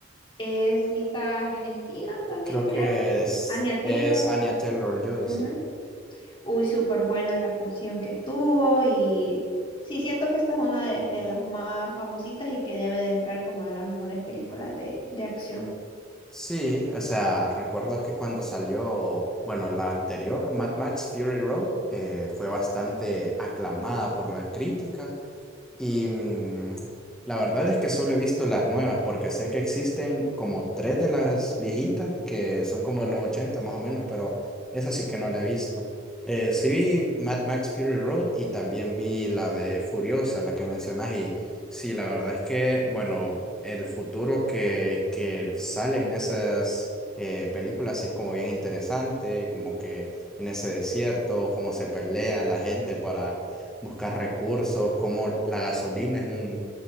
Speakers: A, on the left (about 25°); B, in the centre.
A: es mitad argentina también,
B: Creo
A: creo.
B: que es,
A: Anya Taylor.
B: es Anya Taylor-Joy,
A: Ujú.
B: sí.
A: Uy, súper buena la actuación que tuvo y sí, siento que esta es una de, de las más famositas y que debe de entrar como de las mejores películas de, de acción.
B: Sí, o sea, recuerdo que cuando salió, bueno, la anterior, Mad Max Fury Road, eh, fue bastante aclamada por la crítica Y mm, la verdad es que solo he visto las nuevas, porque sé que existen como tres de las viejitas, que son como de los 80 más o menos, pero esa sí que no la he visto. Eh, sí vi Mad Max Fury Road y también vi la de Furiosa, la que mencionas, y sí, la verdad es que, bueno, el futuro que, que salen en esas eh, películas sí es como bien interesante, como que en ese desierto, cómo se pelea la gente para buscar recursos, como la gasolina es un,